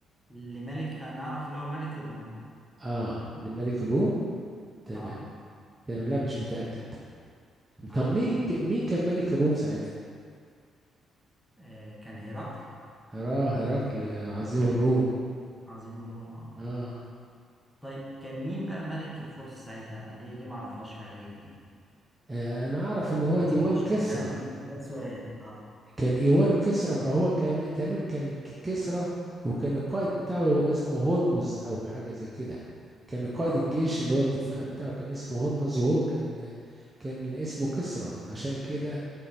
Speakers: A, in the centre; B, on the right.
A: لملك انا اعرف اللي هو ملك الروم
B: آه لملك الروم تمام
A: اه
B: تمام لا مش متأكد
A: اه
B: طب مين ك- مين كان ملك الروم ساعتها
A: آه، كان هرقل
B: هرا هرقل عظيم الروم
A: عظيم الروم اه
B: آه
A: طيب كان مين بقى ملك الفرس ساعتها دي دي ما اعرفهاش فعليا يعني
B: آه، أنا أعرف إن هو ديوان
A: بس مش
B: كسرى
A: بسألك مش بسألك سؤال اه
B: كان ايوان كسرى فهو كان تقريبا كان ك- كسرى وكان القائد بتاعه اسمه هرمز او حاجه زي كده كان قائد
A: اه
B: الجيش اللي هو الدفاع بتاعه كان اسمه هرمز وهو كان كان اسمه كسرى عشان كده